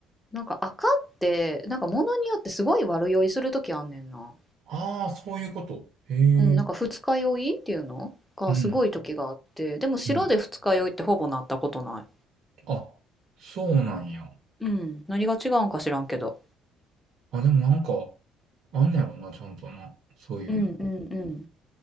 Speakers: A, in the centre; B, on the right.
A: なんか赤って、なんか物によってすごい悪酔いするときあんねんな。
B: ああー、そういうこと。へえ。
A: うん、なんか二日酔いっていうのがすごい時があって、
B: うん。
A: でも白で二日酔いってほぼなったことない。
B: うん。あ、そうなんや。
A: うん。何が違うんか知らんけど。
B: あ、でもなんか、あんねやろな、ちゃんとな。そういうの。
A: うんうんうん。
B: う